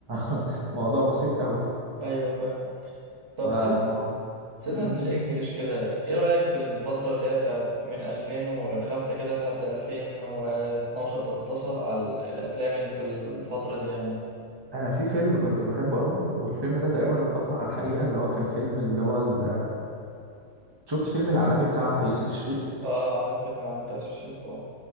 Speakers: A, on the right; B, on the right.
A: <laughs> موضوع بسيط قوي
B: ايوه فاهمك طب
A: فالموضوع
B: سيبنا سيبنا
A: مم.
B: من الانجليش كده ايه رأيك في الفترة اللي هي بتاعت من 2005 كده لحد 2012 13 على الافلام اللي في الفترة دي يعني
A: انا في فيلم كنت بحبه قوي والفيلم
B: مم.
A: ده تقريبا اتطبق على الحقيقه اللي هو كان فيلم اللي هو ال... شفت فيلم العالمي بتاع يوسف الشريف
B: اه عارف فيلم العالم بتاع الشيخ طبعا